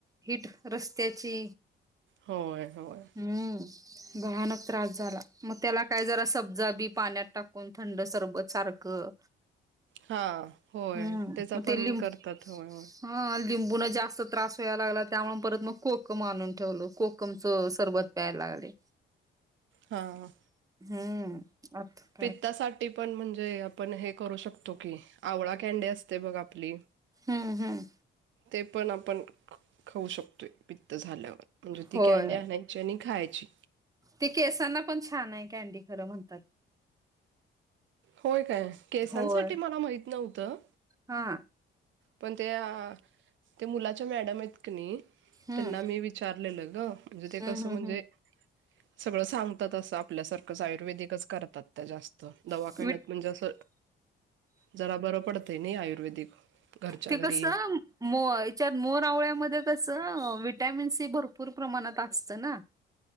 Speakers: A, on the right; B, on the right.
A: हिट रस्त्याची.
B: होय होय.
A: हम्म. भयानक त्रास झाला. मग त्याला काय जरा सब्जा बी पाण्यात टाकून थंड सरबत सारखं-
B: हा. होय.
A: हम्म
B: त्याचा
A: मग
B: पण
A: ते लिंब
B: करतात होय हो.
A: हा. लिंबून जास्त त्रास व्हायला लागला. त्यामुळे परत मग कोकम आणून ठेवलं. कोकमचं सरबत- प्यायला लागले.
B: हां.
A: हम्म अ-
B: पित्तासाठी पण म्हणजे, आपण हे करू शकतो की? आवळा कॅन्डी असते बघ आपली.
A: हम् हम्.
B: ते पण आपण खाऊ शकतोय. पित्त झाल्यावर म्हणजे ती
A: होय
B: कॅन्डी आहे ना - त्या आणि खायची.
A: ते केसांना पण छान आहे. कॅण्डी खरं म्हणतात.
B: होय काय? केसांसाठी
A: होय
B: मला माहीत नव्हतं.
A: हा.
B: पण त्या, ते मुलाच्या मॅडम आहेत की नाही-
A: हम्म
B: त्यांना मी विचारलेलं ग! म्हणजे ते
A: हम्म
B: कसं म्हणजे-
A: हम्म
B: सगळं सांगतात असं आपल्यासारखंच आयुर्वेदिकच करतात त्या जास्त. दवा-
A: हम्म
B: म्हणजे असं जरा बरं पडतंय नाही आयुर्वेदिक? घरच्या
A: ते
B: घरी
A: कस? मो याच्यात मोर आवळ्यामध्ये कसं विटॅमिन सी भरपूर प्रमाणात असतं ना?